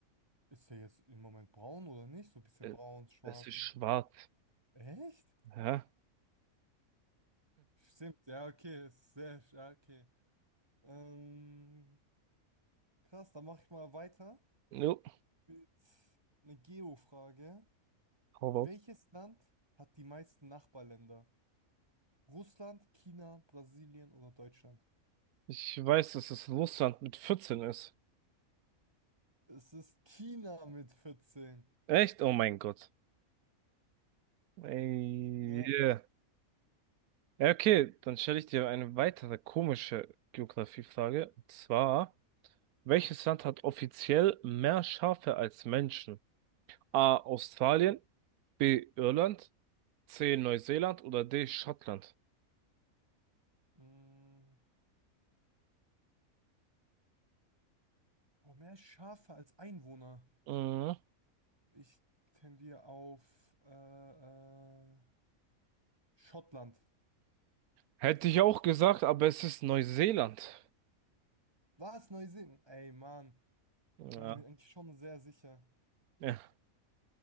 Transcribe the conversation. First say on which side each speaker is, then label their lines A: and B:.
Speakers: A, on the right; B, on the right.
A: Ist er jetzt im Moment braun oder nicht? So ein bisschen
B: Äh,
A: braun, schwarz.
B: Es ist schwarz.
A: Echt?
B: Ja.
A: Stimmt, ja, okay. ist Sehr, sch- ja, okay. Ähm, krass, dann mache ich mal weiter
B: Jo.
A: mit einer Geo-Frage.
B: Hau
A: Welches
B: raus.
A: Land hat die meisten Nachbarländer? Russland, China, Brasilien oder Deutschland?
B: Ich weiß, dass es Russland mit 14 ist.
A: Es ist China mit vierzehn.
B: Echt? Oh mein Gott. Ey,
A: Ja.
B: yeah. Ja, okay, dann stelle ich dir eine weitere komische Geografiefrage. Und zwar, welches Land hat offiziell mehr Schafe als Menschen? A. Australien, B. Irland, C. Neuseeland oder D. Schottland?
A: Mm. Oh, mehr Schafe als Einwohner.
B: Mhm.
A: Ich tendiere auf äh, äh, Schottland.
B: Hätte ich auch gesagt, aber es ist Neuseeland.
A: Was? Neuseen? Ey, Mann.
B: Ja,
A: Ich war mir eigentlich schon sehr sicher.
B: ja,